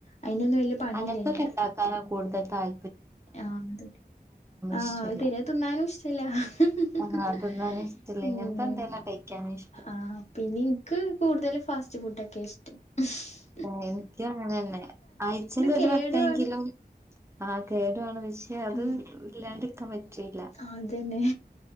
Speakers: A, on the left; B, on the right.
A: അയിനൊന്നും വല്യ പണിയില്ലല്ലോ
B: അങ്ങനതൊക്കെണ്ടാക്കാനാ കൂടുതൽ താൽ
A: ആഹ് അദ് <unintelligible> ആ
B: ഇഷ്ടല്ല
A: -തീരെ തിന്നാനും ഇഷ്ട്ടല്ല ഹ് ഹ് ഹ്
B: ആഹ് അതൊന്നും ഇഷ്ടല്ല
A: ഉം
B: ഇങ്ങനത്തെ എന്തേലും കഴിക്കാനാ ഇഷ്ടം
A: ആഹ് പിന്നെ ഇൻക്ക് കൂടുതൽ ഫാസ്റ്റ് ഫുടൊക്കെ ഇഷ്ടം ഹ് <inaudible>
B: ഒഹ് ഇനിക്കുംഅങ്ങനെന്നെ ആഴ്ചയിൽ ഒരുവട്ടെങ്കിലും
A: കേടുവാണ്
B: ആഹ് കേടാണ് പക്ഷേ അത്
A: ഉം
B: ഇല്ലാണ്ടിരിക്കാ പ ചില്ല
A: അതന്നെ